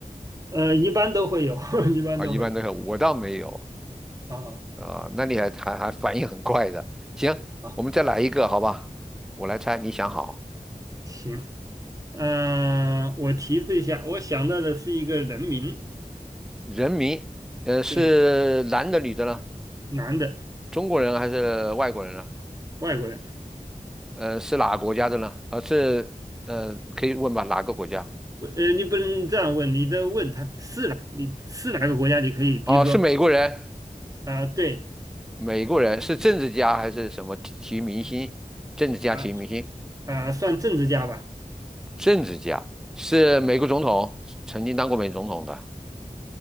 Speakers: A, on the right; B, in the centre.
A: 呃，一般都会有，<laughs> 一般都会有
B: 啊，一般都是我倒没有
A: 啊。
B: 啊、那你还还还反应很快的。行，
A: 啊，
B: 我们再来一个，好吧？我来猜，你想好，
A: 行，呃，我提示一下，我想到的是一个人名，
B: 人名，呃，是男的女的呢？
A: 对，男的，
B: 中国人还是外国人呢？
A: 外国人。
B: 呃，是哪个国家的呢？呃，是呃，可以问吧？哪个国家？
A: 我呃，你不能这样问，你这问他是哪，你是哪个国家？你可以，比如说，
B: 哦，是美国人，
A: 啊、对，
B: 美国人是政治家还是什么体育明星？政治家、
A: 啊。
B: 体育明星，
A: 啊、算政治家吧，
B: 政治家是美国总统，曾经当过美国总统的